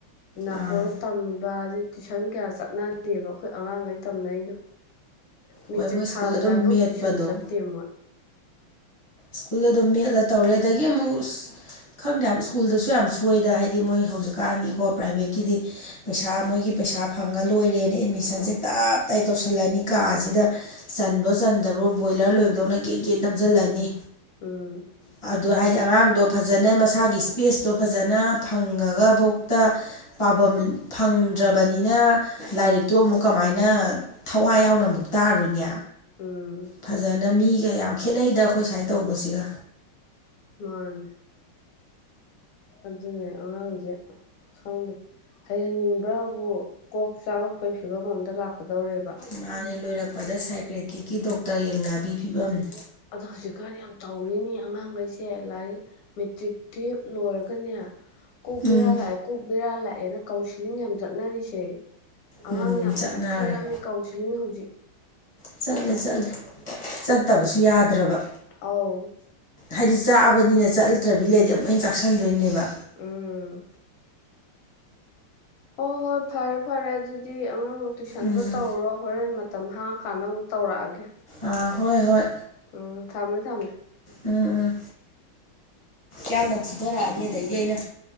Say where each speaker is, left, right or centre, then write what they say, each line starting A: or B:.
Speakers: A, on the left; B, on the left.
A: ꯅꯥꯀꯣꯔꯗ
B: ꯑꯥ
A: ꯇꯝꯃꯤꯕ ꯑꯩ ꯇꯨꯏꯁꯟ ꯀꯌꯥ ꯆꯠꯅ ꯆꯗꯦꯕ ꯑꯩꯈꯣꯏ ꯑꯉꯥꯡꯈꯩ ꯇꯝꯅꯔꯤꯗꯣ ꯃꯦꯇ꯭ꯔꯤꯛ
B: ꯍꯣꯏ ꯃꯣꯏ ꯁ꯭ꯀꯨꯜ
A: ꯊꯥꯔꯝꯗꯥꯏꯐꯥꯎ
B: ꯑꯗꯨꯝ ꯃꯦꯠꯄꯗꯣ
A: ꯇꯨꯏꯁꯟ ꯆꯠꯇꯦ ꯃꯣꯏ
B: ꯁ꯭ꯀꯨꯜꯗ ꯑꯗꯨꯝ ꯃꯦꯠꯂ ꯇꯧꯔꯦ ꯑꯗꯒꯤ ꯑꯃꯨꯛ ꯈꯪꯗꯦ ꯌꯥꯝ ꯁ꯭ꯀꯨꯜꯗꯁꯨ ꯌꯥꯝ ꯁꯣꯏꯗꯅ ꯍꯥꯏꯗꯤ ꯃꯣꯏ ꯍꯧꯖꯤꯛꯀꯥꯟꯒꯤꯀꯣ ꯄ꯭ꯔꯥꯏꯚꯦꯠꯀꯤꯗꯤ ꯄꯩꯁꯥ ꯃꯣꯏꯒꯤ ꯄꯩꯁꯥ ꯐꯪꯉ ꯂꯣꯏꯔꯦꯅ ꯑꯦꯠꯃꯤꯁꯟꯁꯦ ꯇꯞ ꯇꯥꯏ ꯇꯧꯁꯤꯜꯂꯅꯤ ꯀꯥꯁꯤꯗ ꯆꯟꯕ꯭ꯔꯣ ꯆꯟꯗꯕ꯭ꯔꯣ ꯕꯣꯏꯂꯔ ꯂꯣꯏꯕꯗꯧꯅ ꯒꯦꯠ ꯒꯦꯠ ꯅꯝꯁꯤꯜꯂꯅꯤ
A: ꯎꯝ
B: ꯑꯗꯨ ꯍꯥꯏꯗꯤ ꯑꯉꯥꯡꯗꯣ ꯐꯖꯅ ꯃꯁꯥꯒꯤ ꯏꯁꯄꯦꯁꯇꯣ ꯐꯖꯅ ꯐꯪꯉꯒꯐꯧꯇ ꯄꯥꯐꯝ ꯐꯪꯗ꯭ꯔꯕꯅꯤꯅ ꯂꯥꯏꯔꯤꯛꯇꯨ ꯑꯃꯨꯛ ꯀꯃꯥꯏꯅ ꯊꯋꯥꯏ ꯌꯥꯎꯅ ꯑꯃꯨꯛ ꯇꯥꯔꯨꯏꯅꯦ
A: ꯎꯝ
B: ꯐꯖꯅ ꯃꯤꯒ ꯌꯥꯝ ꯈꯦꯠꯅꯩꯗ ꯑꯩꯈꯣꯏ ꯁꯨꯃꯥꯏꯅ ꯇꯧꯕꯁꯤꯒ
A: ꯃꯥꯥꯟ ꯑꯗꯨꯅꯦ ꯑꯉꯥꯡꯁꯦ ꯈꯪꯗꯦ ꯍꯩꯍꯟꯅꯤꯡꯕ꯭ꯔꯥꯕꯨ ꯀꯣꯛ ꯆꯥꯛꯂꯛꯄꯒꯤ ꯐꯤꯕꯝ ꯑꯝꯗ ꯂꯥꯛꯀꯗꯧꯔꯦꯕ
B: ꯏꯃꯥꯅꯦ ꯂꯣꯏꯔꯛꯄꯗ ꯁꯥꯏꯀ꯭ꯔꯦꯇꯤꯛꯀꯤ ꯗꯣꯛꯇꯔ ꯌꯦꯡꯅꯕꯤ ꯐꯤꯕꯝꯅꯤ
A: ꯑꯗꯣ ꯍꯧꯖꯤꯛꯀꯥꯟ ꯌꯥꯝ ꯇꯧꯔꯤꯅꯤ ꯑꯉꯥꯡꯈꯩꯁꯦ ꯂꯥꯏꯔꯤꯛ ꯃꯦꯇ꯭ꯔꯤꯛ ꯇꯨꯌꯦꯜꯞ ꯂꯣꯏꯔꯒꯅꯦ ꯀꯣꯛ
B: ꯎꯝ
A: ꯕꯦꯔꯥ ꯂꯥꯛꯑ ꯀꯣꯛ ꯕꯤꯦꯔꯥꯜ ꯂꯥꯛꯑꯦꯅ ꯀꯥꯎꯟꯁꯤꯂꯤꯡ ꯌꯥꯝꯅ ꯆꯠꯅꯔꯤꯁꯦ ꯑꯉꯥꯡ
B: ꯎꯝ
A: ꯌꯥꯝ
B: ꯆꯠꯅꯔꯦ
A: ꯆꯠꯈ꯭ꯔꯖꯥꯠꯅꯤ ꯀꯥꯎꯟꯁꯤꯂꯤꯡ ꯍꯧꯖꯤꯛ
B: ꯆꯠꯂꯦ
A: ꯑꯗꯣ
B: ꯆꯠꯂꯦ ꯆꯠꯇꯕꯁꯨ ꯌꯥꯗ꯭ꯔꯕ
A: ꯑꯥꯎ
B: ꯍꯥꯏꯗꯤ ꯆꯥꯛꯕꯅꯤꯅ ꯆꯠꯂꯨꯛꯇ꯭ꯔꯕꯤ ꯂꯩꯔꯗꯤ ꯑꯃꯨꯛ ꯍꯪ ꯆꯥꯛꯁꯟꯗꯣꯏꯅꯦꯕ
A: ꯎꯝ ꯍꯣꯏ ꯍꯣꯏ ꯐꯔꯦ ꯐꯔꯦ ꯑꯗꯨꯗꯤ ꯑꯉꯥꯡ ꯇꯨꯏꯁꯟꯗꯣ
B: ꯎꯝ
A: ꯇꯧꯔꯣ ꯍꯣꯔꯦꯟ ꯃꯇꯝ ꯍꯥꯡꯉ ꯀꯥꯟꯗ ꯑꯃꯨꯛ ꯇꯧꯔꯛꯑꯒꯦ
B: ꯑꯥ ꯍꯣꯏ ꯍꯣꯏ
A: ꯎꯝ ꯊꯝꯃꯦ ꯊꯝꯃꯦ
B: ꯎꯝ ꯎꯝ ꯌꯥꯝꯅ ꯐꯨꯊꯔꯛꯑꯅꯤ ꯑꯗꯩꯗꯤ ꯑꯩꯅ